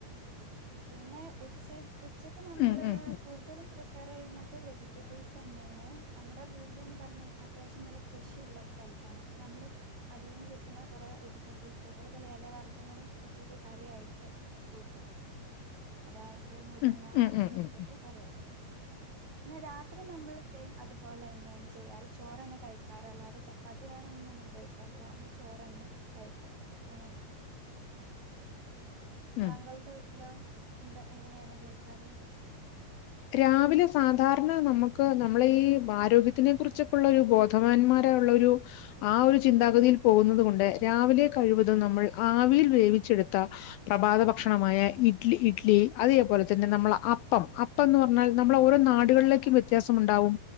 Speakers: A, on the right; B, on the left.
A: പിന്നെ ഉച്ച ഉച്ചക്ക് നമ്മള്
B: ഉം ഉം
A: കൂടുതലും പ്രിഫ പറയ്ണത് വെജിറ്റബിൾസ്ന്നെണ് നമ്മുടെ വീട്ന്ന് പറഞ്ഞ അത്യാവശ്യം നല്ല കൃഷിള്ള സ്ഥല ലത്താണ് നമ്മള് അതിൽ നിന്ന് കിട്ടുന്ന കൊറേ വെജിറ്റബിൾസ് അതേപോലെ എലവർഗ്ഗങ്ങളും ഉച്ചക്ക് കറി യിട്ട് കൂട്ടും അതായത് മുരിങ്ങ
B: ഉം ഉം
A: അതൊക്കെ
B: ഉം
A: ഇടുത്തിട്ട്
B: ഉം ഉം
A: കറി വെക്കും. പിന്നെ രാത്രി നമ്മള് സെയിം അതുപോലെ തന്നെയാണ് ചെയ്യാറ് ചോറ് തന്നെ കഴിക്കാറ് അല്ലാതെ ചപ്പാത്തി വെറൊന്നും നമ്മൾ ഉപയോഗിക്കാറില്ല മ്മള് ചോറ്ന്നെ കയിക്കും അങ്ങനെ താങ്കളുടെ
B: ഉം
A: വീട്ടിലോ എന്താ എങ്ങനെണ് ഉപയോഗിക്കാറ്.
B: രാവിലെ സാധാരണ നമുക്ക് നമ്മള ഈ ആരോഗ്യത്തിനെ കുറിച്ചൊക്കെുള്ളരു ബോധവാന്മാര ള്ളഒരു ആ ഒരു ചിന്താഗതിയിൽ പോകുന്നത് കൊണ്ട് രാവിലെ കഴിവതും നമ്മൾ ആവിയിൽ വേവിച്ച് ച്ചെടുത്ത പ്രഭാത ഭക്ഷണമായ ഇഡ്ലി ഇഡ്ലി അതേപോലെ തന്നെ നമ്മള അപ്പം അ പ്പന്ന് പറഞ്ഞാൽ നമ്മളെ ഓരോ നാടുകളിലേക്കും
A: ആഹ്
B: വ്യത്യാസം
A: ആഹ്
B: ഉണ്ടാവും